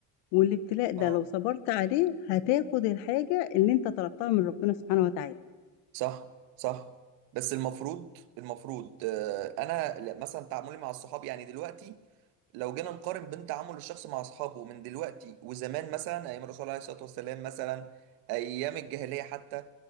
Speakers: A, on the left; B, on the right.
A: والابتلاء
B: اه
A: ده لو صبرت عليه هتاخد الحاجه اللي انت طلبتها من ربنا سبحانه وتعالى
B: صح صح بس المفروض المفروض آه، انا ل- مثلا تعاملي مع الصحاب يعني دلوقتي لو جينا نقارن بين تعامل الشخص مع اصحابه من دلوقتي وزمان مثلا ايام الرسول عليه الصلاه والسلام مثلا ايام الجاهليه حتى